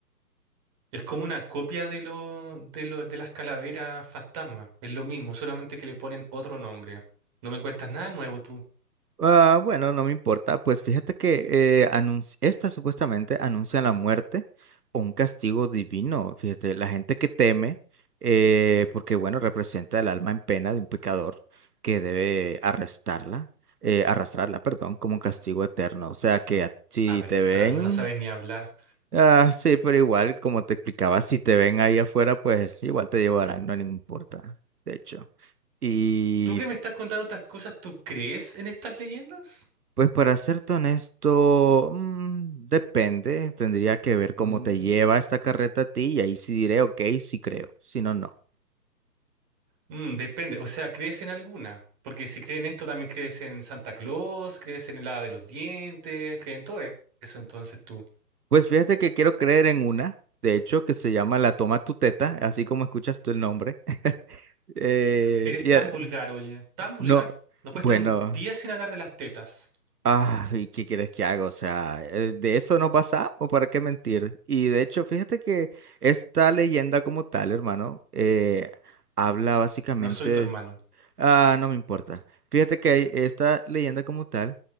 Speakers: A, on the right; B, on the right.
A: Es como una copia de lo, de lo, de las calaveras fantasma. Es lo mismo, solamente que le ponen otro nombre. No me cuentas nada nuevo tú.
B: Ah, bueno, no me importa. Pues fíjate que eh, anunci- esta supuestamente anuncia la muerte o un castigo divino. Fíjate, la gente que teme, eh, porque bueno, representa el alma en pena de un pecador que debe arrestarla, eh, arrastrarla, perdón, como un castigo eterno. O sea que
A: Hm.
B: a- si
A: Arrastrarla.
B: te ven,
A: no sabes ni hablar.
B: ah, sí, pero igual, como te explicaba, si te ven ahí afuera, pues igual te llevarán, no le importa, de hecho. Y
A: ¿Tú que me estás contando estas cosas, tú crees en estas leyendas?
B: Pues para serte honesto, mm, depende, tendría que ver cómo
A: Mm,
B: te lleva esta carreta a ti y ahí sí diré, ok, sí creo, si no, no.
A: mm, depende, o sea, ¿crees en alguna? Porque si crees en esto, también crees en Santa Claus, crees en el hada de los dientes, crees en todo eso, entonces tú.
B: Pues fíjate que quiero creer en una, de hecho, que se llama La Toma tu Teta, así como escuchas tú el nombre. <laughs> Eh,
A: Eres
B: y,
A: tan
B: eh,
A: vulgar, oye, tan vulgar.
B: no,
A: No puedes
B: bueno,
A: estar un día sin hablar de las tetas.
B: ah, ¿y qué quieres que haga? O sea, eh, de eso nos pasamos, ¿para qué mentir? Y de hecho, fíjate que esta leyenda como tal, hermano, eh, habla básicamente
A: No soy tu hermano,
B: Ah, no me importa. Fíjate que hay- esta leyenda como tal